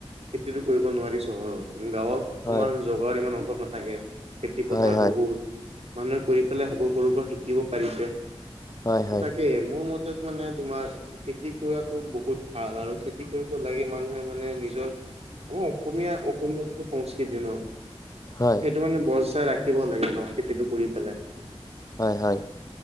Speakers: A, on the right; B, on the left.
A: খেতিতটো কৰিব নোৱাৰি চহৰৰ গাঁৱত
B: হয়
A: আমাৰ জগাৰ ইমান অভাৱ নাথাকে। খেতি
B: হয়
A: পথাৰ
B: হয়
A: বহুত মানুহে কৰি পেলাই সৰু-সৰুৰ পৰা শিকিব পাৰিছে।
B: হয় হয়
A: তাকে মোৰ মতে মানে তোমাৰ খেতি কৰাতো বহুত ভাল আৰু খেতি কৰিব লাগে। মানুহ মানে নিজৰ আমাৰ অসমীয়া-অসমীয়া যিটো সংস্কৃতি ন।
B: হয়
A: সেইটো মানে বৰ চাই ৰাখিব লাগে অ, খেতিটো কৰি পেলাই।
B: হয়-হয়।